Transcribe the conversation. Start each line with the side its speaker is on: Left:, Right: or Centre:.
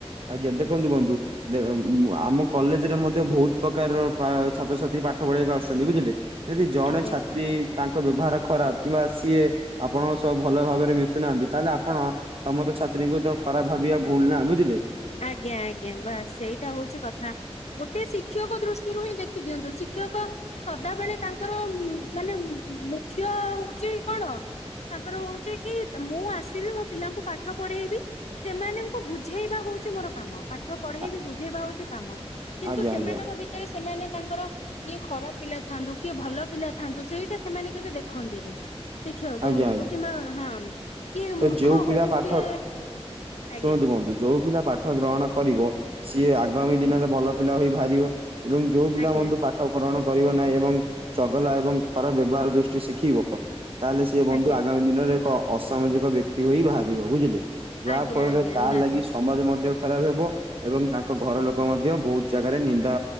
Right: ଆଜ୍ଞା
Left: ହୁଁ
Right: ଦେଖନ୍ତୁ ବନ୍ଧୁ ଦେଖ ଆମ କଲେଜରେ ମଧ୍ୟ ବହୁତ ପ୍ରକାରର ଛାତ୍ରଛାତ୍ରୀ ପାଠ ପଢବାକୁ ଆସୁଛନ୍ତି ବୁଝିଲେ ଯଦି ଜଣେ
Left: ଆଜ୍ଞା
Right: ଛାତ୍ରୀ ତାଙ୍କ ବ୍ୟବହାର ଖରାପ କିମ୍ବା ସିଏ ଆପଣଙ୍କ ସହ ଭଲ ଭାବରେ ମିଶୁନାହାନ୍ତି ତାହେଲେ ଆପଣ ସମସ୍ତ ଛାତ୍ରୀଙ୍କୁ ତ ଖରାପ ଭାବିବା ଭୁଲ ନା ବୁଝିଲେ।
Left: ଆଜ୍ଞା ଆଜ୍ଞା ବାସ୍ ସେଇଟା ହଉଛି କଥା। ଗୋଟେ ଶିକ୍ଷକ ଦୃଷ୍ଟିରୁ ହିଁ ଦେଖି ଦିଅନ୍ତୁ ଶିକ୍ଷକ ସଦାବେଳେ ତାଙ୍କର ମାନେ ମୁଖ୍ୟ ହଉଛି କଣ ତାଙ୍କର ହଉଛି କି ମୁଁ ଆସିବି ମୋ ପିଲାଙ୍କୁ ପାଠ ପଢେଇବି ସେମାନଙ୍କୁ ବୁଝେଇବା ହଉଛି ମୋର କାମ ପାଠ ପଢେଇ
Right: ଆ
Left: ବି ବୁଝେଇବାଉଛି କାମ କିନ୍ତୁ
Right: ଆଜ୍ଞା
Left: ସେମାନଙ୍କ
Right: ଆଜ୍ଞା
Left: ଭିତରେ ସେମାନେ ତାଙ୍କର କିଏ ଖରାପ ପିଲା ଥାନ୍ତୁ କିଏ ଭଲ ପିଲା ଥାନ୍ତୁ ସେଇଟା ସେମାନେ କେବେ ଦେଖନ୍ତିନି। ଶିକ୍ଷକ
Right: ଆଜ୍ଞା
Left: ହୁଅନ୍ତୁ
Right: ଆଜ୍ଞା
Left: କିମ୍ବା ହଁ କିଏ ମୂର୍ଖ
Right: ତ ଯୋଉ
Left: ହଉ
Right: ପିଲା ପାଠ
Left: କିଏ ଆଜ୍ଞା
Right: ଶୁଣନ୍ତୁ କୁହନ୍ତୁ ଯୋଉ ପିଲା ପାଠ ଗ୍ରହଣ କରିବ ସିଏ ଆଗାମୀ
Left: ଆଜ୍ଞା
Right: ଦିନରେ ଭଲ ପିଲା ହୋଇ ବାହାରିବ ଏବଂ ଯୋଉ ପିଲା
Left: ଆଜ୍ଞା
Right: ପା ପରଣ କରିବ ନାହିଁ ଏବଂ ଚଗଲା ଏବଂ ଖରାପ ବ୍ୟବହାର ଦୃଷ୍ଟି ଶିଖିବ ତାହେଲେ ସେ ବନ୍ଧୁ
Left: ଆଜ୍ଞା।
Right: ଆଗାମୀ ଦିନରେ ଏକ ଅସାମାଜିକ ବ୍ୟକ୍ତି ହୋଇ ବାହାରିବ ବୁଝିଲେ। ଯାହା
Left: ଆଜ୍ଞା
Right: ଫଳରେ
Left: ଆଜ୍ଞା
Right: ତା
Left: ନିହାତି
Right: ଲାଗି ସମାଜ ମଧ୍ୟ ଖରାପ ହେବ ଏବଂ ତାଙ୍କ ଘର ଲୋକ ମଧ୍ୟ ବହୁତ ଜାଗାରେ ନିନ୍ଦା